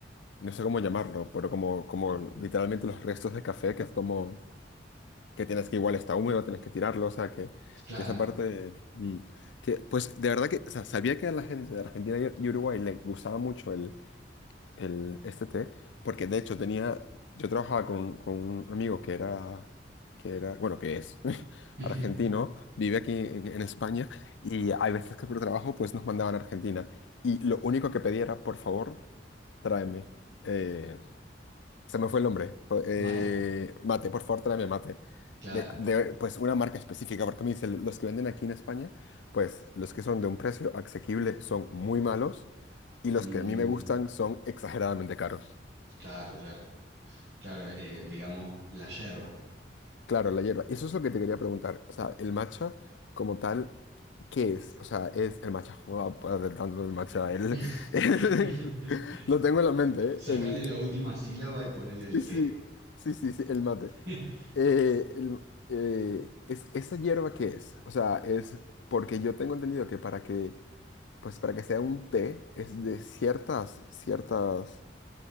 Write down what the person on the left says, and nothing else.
no sé cómo llamarlo, pero como, como literalmente los restos de café, que es como, que tienes que igual está húmedo, tienes que tirarlo, o sea, que,
que esa parte, mm, que, pues de verdad que, o sea, sabía que a la gente de Argentina y y Uruguay le gustaba mucho el, este té, porque de hecho tenía, yo trabajaba con, con un amigo que era, que era, bueno, que es <laughs>
argentino, vive aquí en, en España y hay veces que por trabajo pues nos mandaban a Argentina y lo único que pedía era, por favor, tráeme. eh, se me fue el nombre. Jo- eh,
mate, por favor, tráeme mate.
De, de, pues una marca específica, porque me dice, los que venden aquí en España, pues los que son de un precio asequible son muy malos y
los que a mí me gustan son exageradamente caros.
Claro, la hierba. Y eso es lo que te quería preguntar. O sea, el matcha como tal, ¿qué es? O sea, es el matcha, joder, tanto el matcha, el,
<laughs> el- lo tengo en la mente,
¿eh? El,
Sí, sí,
sí, sí, sí, el mate.
Eh, el- eh, es, ¿esa hierba qué es? O sea, es porque yo tengo entendido que para que, pues para que sea un té es de ciertas, ciertas,